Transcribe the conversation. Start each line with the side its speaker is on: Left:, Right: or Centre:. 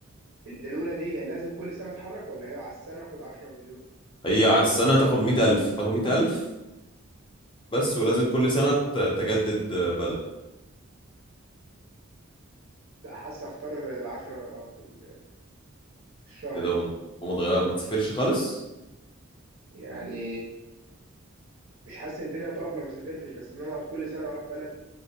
Right: ال- الاولى دي لازم كل سنه اتحرك ولا هي على السنه اخد 10 مليون
Left: هي
Right: ولا
Left: على
Right: 100
Left: السنة
Right: مليون
Left: تاخد مية ألف تاخد مية ألف بس ولازم كل سنة ت- تجدد بلد
Right: ده حاسس اختار العشرة آه، في ال- في الشهر
Left: ايه ده
Right: دي
Left: وما وما تغير ما تسافرش خالص
Right: يعني مش حاسس الدنيا هتقف لو ما سافرتش بس ان انا اقعد كل سنه اروح بلد